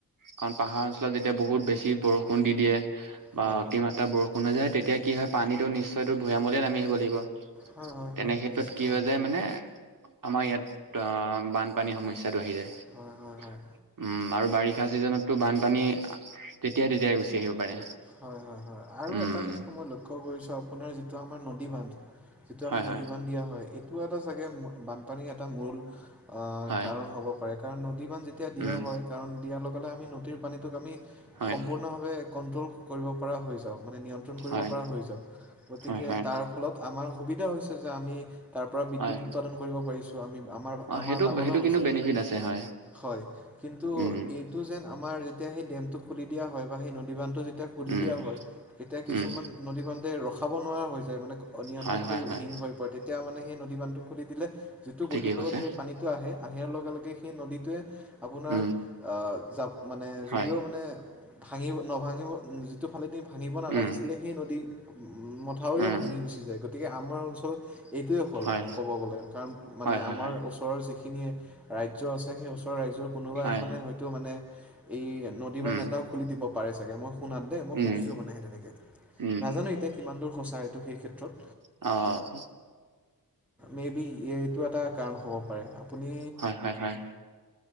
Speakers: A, on the right; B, in the centre.
A: কাৰণ পাহাৰ অঞ্চলত যেতিয়া বহুত বেছি বৰষুণ দি দিয়ে। বা
B: হয়
A: অতিমাত্ৰা বৰষুণ হৈ যায় তেতিয়া কি হয় পানীটো নিশ্চয়তো ভূয়ামলে নামি আহিব লাগিব।
B: হয় হয়
A: তেনে
B: হয়
A: ক্ষেত্ৰত
B: নিশ্চিতভাৱে
A: কি হয় যায় মানে আমাৰ ইয়াত অ' বানপানীৰ সমস্যা টো আহি যায় উম,
B: হয় হয় হয়
A: আৰু বাৰিষা ছিজনততো বানপানী তেতিয়া-তেতিয়াই গুচি আহিব পাৰে।
B: হয়-হয়-হয় আৰু
A: উম
B: এটা কথা মই লক্ষ্য কৰিছো আপোনাৰ যিটো আমাৰ নদী বান্ধ। যিটো
A: হয়
B: আমি নদী
A: হয়
B: বান্ধ দিয়া হয় এইটো এটা চাগে বানপানীৰ এটা মূল আহ,
A: হয়।
B: কাৰণ হ'ব পাৰে কাৰণ নদী মান যেতিয়া দিয়া
A: উম
B: হয় কাৰণ দিয়াৰ লগে-লগে আমি নদীৰ পানীটোক আমি,
A: হয়
B: সম্পূৰ্ণভাৱে কন্ট্ৰল কৰিব পৰা হৈ যাও। মানে নিয়ন্ত্ৰণ কৰিব
A: হয়
B: পৰা হৈ যাওঁ গতিকে
A: হয় হয়
B: তাৰ ফলত আমাৰ সুবিধা হৈছে যে আমি তাৰ পৰা বিদ্যুৎ
A: হয়
B: উৎপাদন কৰিব পাৰিছোঁ আমি আমাৰ-আমাৰ
A: অ সেইটো
B: লাভালাভ
A: সেইটো
B: হৈছে।
A: কিন্তু বেনিফিট আছে হয়
B: হয় কিন্তু
A: উম
B: এইটো যেন আমাৰ যেতিয়া সেই ডমটো খুলি দিয়া হয় বা সেই নদী বান্ধটো যেতিয়া খুলি
A: উম
B: দিয়া হয় তেতিয়া কিছুমান
A: উম
B: নদী বান্ধে ৰখাব নোৱাৰা হৈ যায় মানে। অনিয়ন্ত্ৰণ
A: হয় হয়
B: কৰি
A: হয়
B: হীন হৈ পৰে তেতিয়া মানে সেই নদী বান্ধটো খুলি দিলে যিটো
A: ঠিকেই
B: গতিবেগত
A: কৈছে
B: সেই পানীতটো আহে আহিয়াৰ লগে-লগে সেই নদীটোৱে, আপোনাৰ
A: উম
B: আঁ <unintelligible> মানে,
A: হয়
B: যদিও মানে, ভাঙিব, নভাঙিব, যিটো ফালেদি ভাঙিব নালাগিছিলে,
A: উম
B: সেই নদী মথাউৰিও
A: উম
B: ভাঙি গুচি যায়। গতিকে, আমাৰ অঞ্চল এইটোৱে হ'ল
A: হয়
B: মানে, ক'ব গ'লে। কাৰণ, মানে
A: হয় হয়
B: আমাৰ
A: হয়
B: ওচৰৰ যিখিনি ৰাজ্য আছে, সেই ওচৰৰ ৰাজ্যৰ, কোনোবা
A: হয়
B: এখনে হয়তো মানে, এই, নদী বান্ধ
A: উম
B: এটাও খুলি দিব পাৰে, চাগে! মই, শুনাত দেই। মই
A: উম
B: শুনিছোঁ মানে, সেই তেনেকে।
A: উম
B: নাজানোঁ এতিয়া, কিমান দূৰ সঁচা, এইটো সেই ক্ষেত্ৰত।
A: অ'!
B: মেইবি, এইটো এটা কাৰণ হ'ব পাৰে! আপুনি
A: হয়, হয়, হয়!